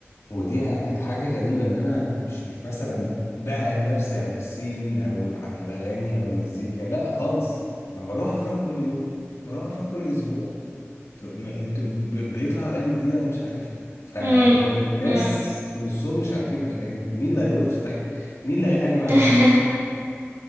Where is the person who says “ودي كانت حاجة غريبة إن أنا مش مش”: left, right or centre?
Left